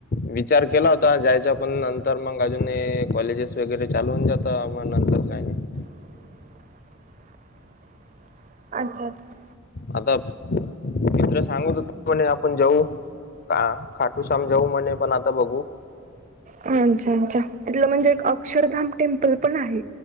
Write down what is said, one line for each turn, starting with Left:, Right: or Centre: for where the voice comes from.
Left: विचार केला होता जायच्या पण नंतर मग अजून <inaudible> कॉलेजेस वगैरे चालवून जात नंतर काही नाही.
Right: <inaudible> अच्छा! अच्छा!
Left: आता <inaudible> मित्र सांगत हो म्हणे आपण जाऊ का खाटू शम जाऊ मणे पण आता बघू
Right: अच्छा अच्छा तिथलं म्हणजे एक अक्षरधाम टेम्पल पण आहे